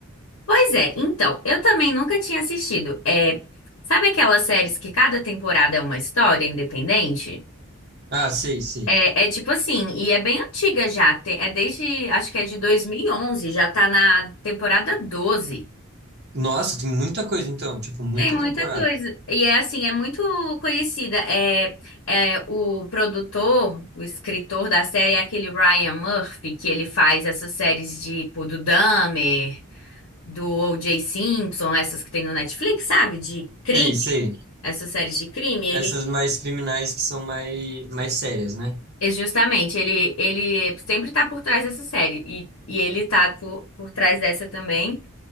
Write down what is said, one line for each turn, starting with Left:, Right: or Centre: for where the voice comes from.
Left: Pois é, então, eu também nunca tinha assistido. É, sabe aquelas séries que cada temporada é uma história independente?
Right: Ah, sei, sei.
Left: É, é tipo assim, e é bem antiga já, te- é desde, acho que é de 2011, já tá na temporada 12.
Right: Nossa, tem muita coisa então, tipo, muita
Left: Tem muita
Right: temporada.
Left: coisa. E é assim, é muito conhecida. É, é o produtor, o escritor da série é aquele Ryan Murphy, que ele faz essas séries de, tipo, do Dahmer, do O.J. Simpson, essas que tem no Netflix, sabe? De crime,
Right: Sei, sei.
Left: essas séries de crime. Ele,
Right: Essas mais criminais que são mais, mais sérias, né?
Left: é justamente, ele, ele sempre tá por trás dessa série. E, e ele tá por, por trás dessa também.